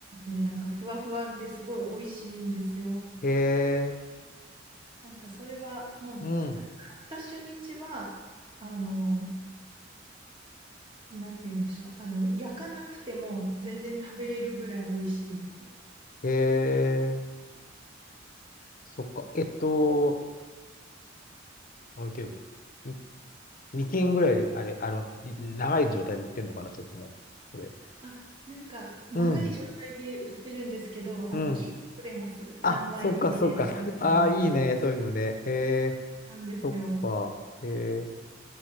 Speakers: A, on the right; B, on the left.
A: ね、なんかふわふわですごい美味しいんですよ。
B: へえ。
A: なんかそれは、もう、
B: うん。
A: か買った初日は、あの、なんて言うんでしょう。あの、焼かなくても全然食べれるぐらい美味しいです。
B: へえ。そっか。えっと、あれだよね。い2斤ぐらいで、あれ、あの、い長い状態で売ってんのかな、それとも。これ。
A: あ、なんか、長い状態で売ってるんですけど、
B: うん。うん。
A: あの、切ってくれます。
B: あ、
A: 何枚切りでとかって言ったら。
B: そっか、そっか。ああ、いいね、そういうのでええ、
A: なんですよ。
B: そっか。ええ、